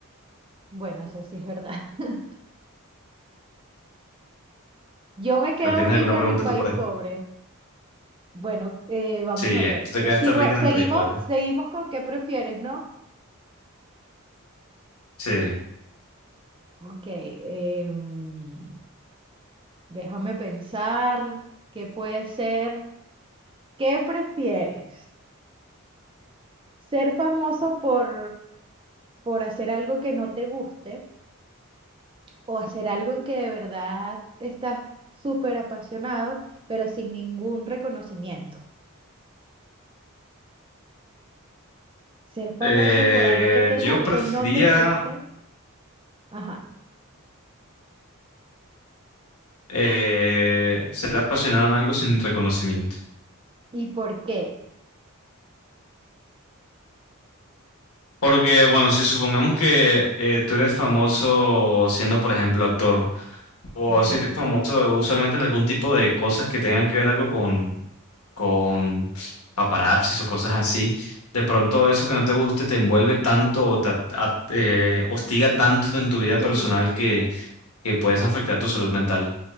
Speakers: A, on the right; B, on the left.
A: Bueno, eso sí es verdad. <laughs> Yo me quedo
B: ¿Vale? ¿Tienes
A: rica
B: alguna pregunta
A: en el país
B: tú por ahí?
A: pobre. Bueno, eh, vamos
B: Sí,
A: a ver.
B: ya, tú te
A: Eh,
B: quedaste
A: Sigo,
B: rica en
A: seguimos,
B: el país pobre.
A: seguimos con qué prefieres, ¿no?
B: Sí.
A: Ok, em, déjame pensar qué puede ser. ¿Qué prefieres? ¿Ser famoso por, por hacer algo que no te guste o hacer algo en que de verdad estás súper apasionado, pero sin ningún reconocimiento? Ser famoso
B: Eh,
A: por algo que, te,
B: yo
A: gu-
B: prefería
A: que no te guste. Ajá.
B: eh, ser apasionado en algo sin reconocimiento.
A: ¿Y por qué?
B: Porque, bueno, si supongamos que eh, tú eres famoso siendo, por ejemplo, actor, o
A: Ok.
B: si eres famoso usualmente en algún tipo de cosas que tengan que ver algo con, con paparazzis o cosas así, de pronto eso que no te guste te envuelve tanto o te at- at- eh, hostiga tanto en tu vida
A: Sí.
B: personal que, que puedes afectar tu salud mental.